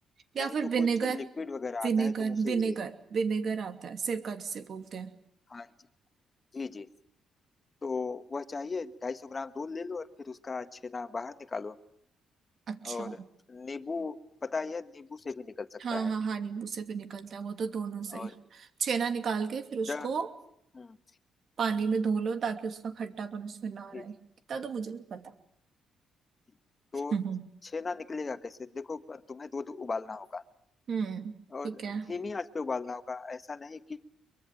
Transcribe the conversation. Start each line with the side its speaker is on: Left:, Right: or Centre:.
Right: या
Left: नहीं
Right: फिर
Left: तो
Right: विनेगर
Left: कुछ लिक्विड वगैरह
Right: विनेगर
Left: आता है तुम उसे
Right: विनेगर
Left: भी ले
Right: विनेगर आता है सिरका जिसे बोलते हैं
Left: हाँ जी जी जी तो वह चाहिए ढाई सौ ग्राम दूध ले लो और फिर उसका छेना बाहर निकालो
Right: अच्छा
Left: और नींबू पता ही है नींबू से भी निकल सकता
Right: हाँ हाँ
Left: है
Right: हाँ नींबू से भी निकलता है वो तो दोनों से
Left: और
Right: ही छेना निकाल के फिर उसको
Left: जब हम्म
Right: पानी में धो लो ताकि उसका खट्टापन उसमें ना रहे
Left: जी,
Right: इतना तो मुझे भी पता
Left: जी।
Right: <laughs>
Left: तो छेना निकलेगा कैसे देखो तुम्हें दूध उबालना होगा
Right: हम्म
Left: और
Right: ठीक है <laughs>
Left: धीमी आंच पे उबालना होगा ऐसा नहीं कि